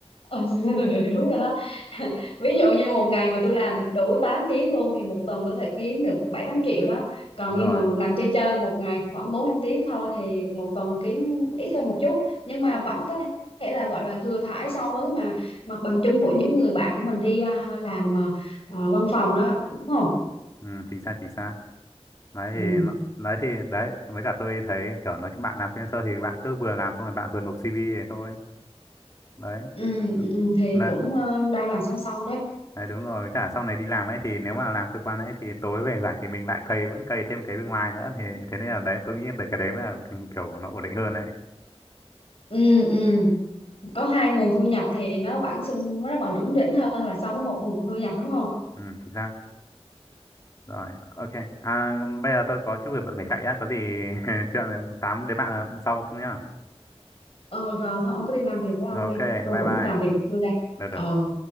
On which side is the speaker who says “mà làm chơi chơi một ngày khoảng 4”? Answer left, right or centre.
Left